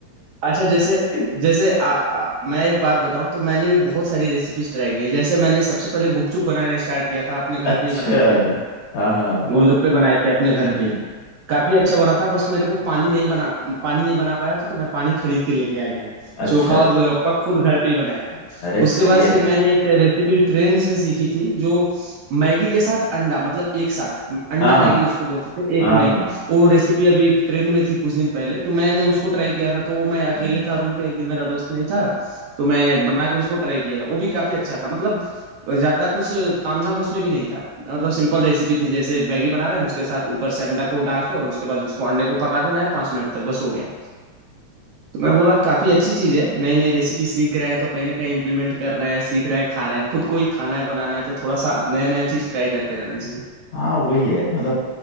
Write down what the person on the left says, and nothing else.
<laughs>
अच्छा
हाँ हाँ हाँ
हम्म
अच्छा
अच्छा
अरे
सही
है
यार
हाँ हाँ
हाँ हाँ
हम्म,
हाँ वही है मतलब